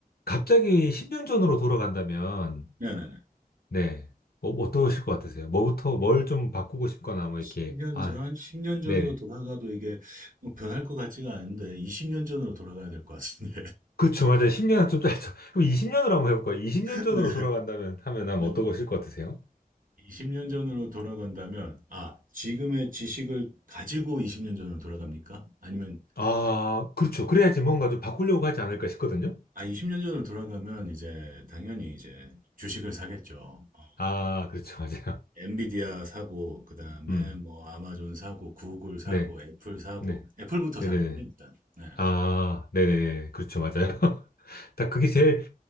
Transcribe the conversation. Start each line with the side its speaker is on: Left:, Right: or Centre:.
Left: 갑자기 10년 전으로 돌아간다면,
Right: 네네네.
Left: 네. 뭐, 뭐 어떠실 것 같으세요? 뭐부터, 뭘 좀 바꾸고 싶거나, 뭐, 이렇게.
Right: 10년
Left: 아,
Right: 전, 10년 전으로
Left: 네네.
Right: 돌아가도 이게 뭐 변할 것 같지가 않은데, 20년 전으로 돌아가야 될 것 같은데.
Left: 그쵸, 맞아요. 10년은 좀 짧죠. <laughs> 그럼 20년으로 한번 해볼까요? 20년
Right: <laughs>
Left: 전으로
Right: 네,
Left: 돌아간다면, 하면 아마
Right: 네.
Left: 어떠실 것 같으세요?
Right: 20년 전으로 돌아간다면, 아, 지금의 지식을 가지고 20년 전으로 돌아갑니까? 아니면,
Left: 아, 그렇죠. 그래야지 뭔가 좀 바꾸려고 하지 않을까 싶거든요.
Right: 아, 20년 전으로 돌아가면 이제 당연히 이제 주식을 사겠죠. 어,
Left: 아, 그렇죠. <laughs> 맞아요.
Right: 엔비디아 사고, 그 다음에
Left: 음,
Right: 뭐 아마존 사고, 구글 사고,
Left: 네,
Right: 애플 사고,
Left: 네,
Right: 애플부터
Left: 네네네.
Right: 사겠네, 일단. 네.
Left: 아, 네네. 그렇죠. 맞아요. <laughs> 딱 그게 제일,